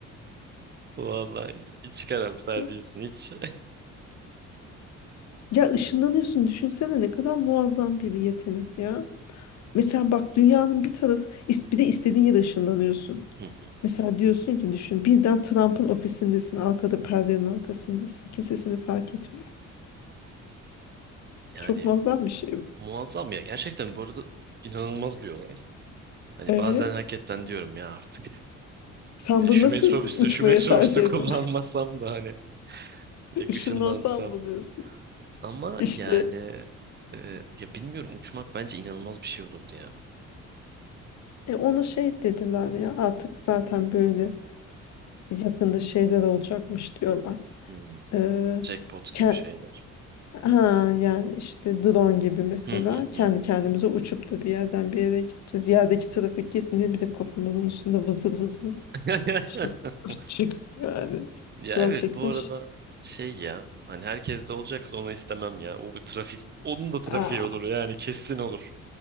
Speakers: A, on the right; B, on the left.
A: Vallahi hiç karamsar
B: <laughs>
A: değilsin hiç.
B: Ya ışınlanıyorsun düşünsene ne kadar muazzam bir yetenek ya. Mesela bak dünyanın bir tarafı is- bir de istediğin yere ışınlanıyorsun.
A: <laughs> Hı,
B: Mesela diyorsun ki düşün birden Trump'ın ofisindesin arkada perdenin arkasındasın. Kimse seni fark etmiyor.
A: Yani
B: Çok muazzam bir şey bu.
A: Muazzam ya. Gerçekten bu arada inanılmaz bir olay. Hani
B: Evet.
A: bazen hakikaten diyorum ya artık.
B: Sen
A: Ya
B: bu
A: şu
B: nasıl
A: metrobüsü
B: uçmaya
A: şu metrobüsü
B: tercih
A: <laughs> kullanmasam
B: etme?
A: da hani
B: <laughs>
A: direkt
B: Işınlansam
A: ışınlansam.
B: mı diyorsun?
A: Ama
B: İşte
A: yani e, ya bilmiyorum uçmak bence inanılmaz bir şey olurdu ya.
B: e, ona şey dediler ya artık zaten böyle yakında şeyler olacakmış diyorlar.
A: Hmm,
B: Ee,
A: jackpot
B: ke-
A: gibi şeyler.
B: Ha, yani işte drone gibi mesela
A: Hı hı
B: kendi
A: hı hı.
B: kendimize uçup da bir yerden bir yere gideceğiz. Yerdeki trafik gitmiyor bir de kafamızın üstünde vızır vızır
A: <laughs>
B: şey <laughs> çık yani
A: Ya
B: gerçekten
A: evet bu arada
B: ş-
A: şey ya hani herkes de olacaksa onu istemem ya. O bir trafik onun da trafiği
B: Aa,
A: olur yani kesin olur.